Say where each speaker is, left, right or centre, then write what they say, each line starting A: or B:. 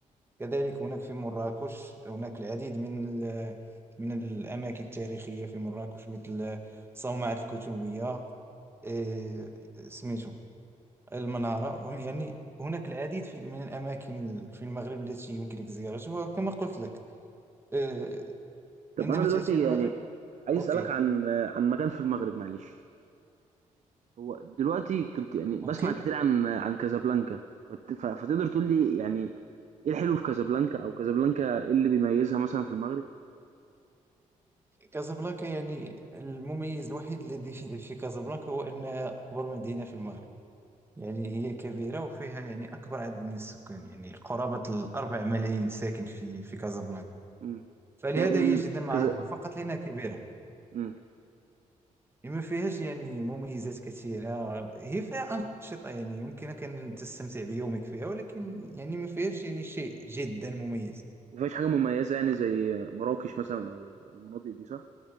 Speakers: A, on the right; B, on the right.
A: كذلك هناك في مراكش هناك العديد من ال- من الأماكن التاريخية في مراكش مثل صومعة الكتبية آه، سميتو المنارة يعني هناك العديد في- من الأماكن في المغرب التي يمكنك زيارتها وكما قلت لك آه،
B: طب
A: عندما
B: أنا دلوقتي
A: تأتي للمغرب
B: يعني عايز
A: أوكي
B: أسألك عن عن مكان في المغرب معلش، هو دلوقتي كنت يعني باسمع
A: أوكي
B: كتير عن عن كازابلانكا فت ف فتقدر تقول لي يعني إيه الحلو في كازابلانكا أو كازابلانكا إيه اللي بيميزها مثلًا في المغرب؟
A: كازابلانكا يعني المميز الوحيد الذي في في كازابلانكا هو أنها أكبر مدينة في المغرب يعني هي كبيرة وفيها يعني أكبر عدد من السكان يعني قرابة الأربع ملايين ساكن في في كازابلانكا
B: إمم.
A: فلهذا
B: ك ال
A: هي جدا معروفة
B: كذا
A: فقط لأنها كبيرة
B: إمم.
A: ما فيهاش يعني مميزات كثيرة هي فيها أنشطة يعني يمكنك أن تستمتع بيومك فيها ولكن يعني ما فيهاش يعني شيء جدا مميز
B: ما فيهاش حاجة مميزة يعني زي مراكش مثلًا أو المناطق دي صح؟